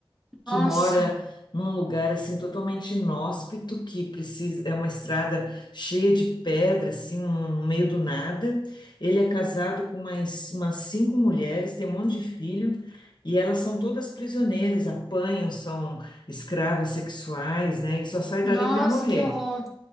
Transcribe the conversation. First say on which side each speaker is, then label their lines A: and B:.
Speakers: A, on the left (about 50°); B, in the centre.
A: que
B: Nossa.
A: mora num lugar assim totalmente inóspito, que precisa é uma estrada cheia de pedra, assim, no meio do nada. Ele é casado com mais umas cinco mulheres, tem um monte de filho, e elas são todas prisioneiras, apanham, são escravas sexuais, né? E só sai dali
B: Nossa,
A: para morrer.
B: que horror.